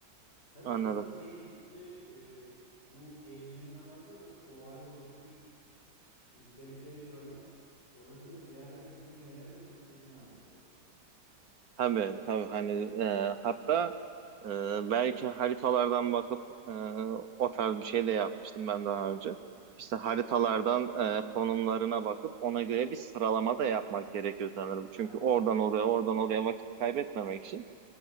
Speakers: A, on the left; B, on the right.
A: Tabii
B: Anladım.
A: esas şeyin amacı, e, bu gezmenin amacı o doğayı, oradaki şey, güzellikleri görmek. Dolayısıyla ziyaret edeceğim yerlerin de bir listesini hazırlıyorum.
B: Tabii tabii hani e, hatta e, belki haritalardan bakıp e, o tarz bir şey de yapmıştım ben daha önce. İşte
A: Evet,
B: haritalardan e, konumlarına bakıp ona göre bir sıralama da yapmak gerekiyor sanırım. Çünkü
A: aynen
B: oradan
A: öyle.
B: oraya oradan oraya vakit kaybetmemek için